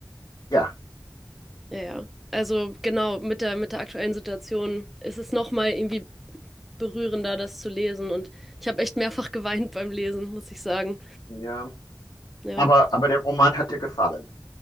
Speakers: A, on the left; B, in the centre.
A: ja,
B: Ja, ja. Also genau, mit der, mit der aktuellen Situation ist es nochmal irgendwie berührender, das zu lesen. Und ich habe echt mehrfach <laughs> geweint beim Lesen, muss ich sagen.
A: ja,
B: Ja,
A: aber aber der Roman hat dir gefallen.